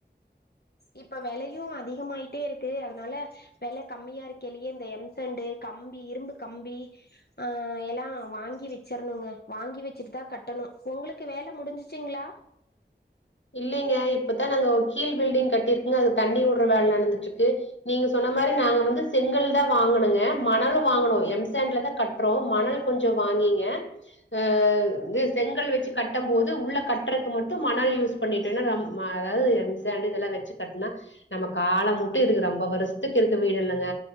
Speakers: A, on the left; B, on the left.
A: இப்ப வெலையு அதிகமாய்ட்டேருக்கு அதனால வெல கம்மியா இருக்கலியே இந்த எம்சேண்டு கம்பி இரும்பு கம்பி ஆ எல்லா வாங்கி வெச்சரணுங்க வாங்கி வெச்சுட்டு தா கட்டணு உங்களுக் கு வேல முடிஞ்சிச்சிங்ளா
B: இல்லீங்க இப்பதா நாங்க கீழ் பில்டிங் கட்டியிருக்குங்க அது தண்ணி வுடுற வேல நடந்துட்ருக்கு நீங்க சொன்ன மாரி நாங்க வந்து செங்கல்தா வாங்கனுங்க மணலு வாங்கணு எம்சேண்டலதா க ட்றோ மணல் கொஞ்சோ வாங்கிங்க அ இது செங்கல் வெச்சு கட்டம் போது உள்ள கட்றக்கு மட்டு மணல் யூஸ் பண்ணிட்டோனா அம் ம அதாவது எம்சேண்டு இதெல்லா வெச்சு கட்னா நம்ம கால முட்டு இருக்கு ரொம்ப வருஷத்துக் இருக்கு வீடு இல்லங்க